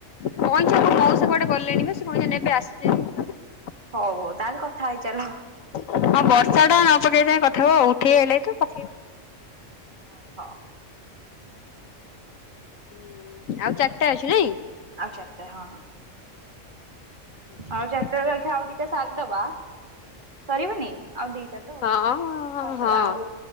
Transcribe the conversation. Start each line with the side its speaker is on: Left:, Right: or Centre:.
Left: କଇଁ <inaudible> ମଉସା କୁଆଡେ ଗଲେଣି ବା ସେ କଁ ଏଇନା ନେବେ ଆସିିଲେ <unintelligible>
Right: ହଉ ହଉ ତାଲ୍ କଥା ହେଇଚାଲଃ।
Left: ହଁ ବର୍ଷା ଟା <unintelligible> ପକେଇ ଯାଏଁ କଥା ହବ ଆଉ ଉଠେଇ ଏଲତ ପକେଇବ
Right: <unintelligible> ଉ ହ।
Left: ଉଁ ଆଉ ଚାର୍ ଟା ଅଛି ନାଇଁ?
Right: ଆଉ ଚାର୍ ଟା ହଁ।
Left: ଆଚ୍ଛା
Right: ଆଉ
Left: ଆଚ୍ଛା।
Right: ଚା ଟା ରୁ ଏଖାଁ ଆଉ ଦିଟା ସାର୍ ଦବା ସରିବନି ଆଉ ଦିଟା ତ।
Left: ହଁ
Right: ତାପରେ
Left: ହଁ
Right: ଆଉ